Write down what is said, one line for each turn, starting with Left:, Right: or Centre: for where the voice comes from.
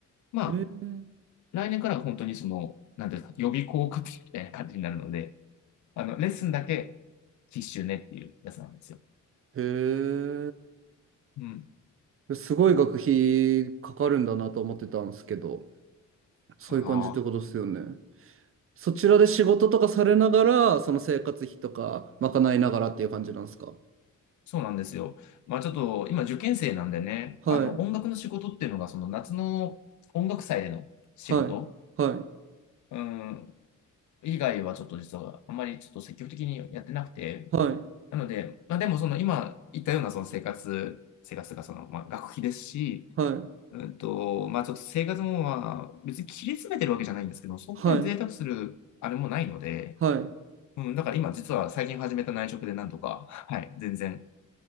Left: まあ、
Right: へ
Left: 来年から本当にその、なんていうか、予備校家庭みたいな感じになるので、あの、レッスンだけ必修ねっていうやつなんですよ。
Right: え、へ
Left: うん。
Right: え。すごい学費かかるんだなと思ってたんですけど、そういう感じってことですよね。
Left: ああ、
Right: そちらで仕事とかされながら、その生活費とか賄いながらっていう感じなんですか
Left: そうなんですよ。まあちょっと、今受験生なんでね、
Right: はい。
Left: あの、音楽の仕事っていうのが、その夏の音楽祭での仕事、
Right: はい。はい。
Left: うん、以外はちょっと実はあんまりちょっと積極的にやってなくて、
Right: はい。
Left: なので、まあでもその今言ったようなその生活、生活がそのまあ学費ですし、
Right: はい。
Left: うんと、まあちょっと生活もまあ別に切り詰めてるわけじゃないんですけど、そんなに贅沢するあれもないので、
Right: はい。は
Left: うん、だから今実は最近始めた内職でなんとか、はい、全然、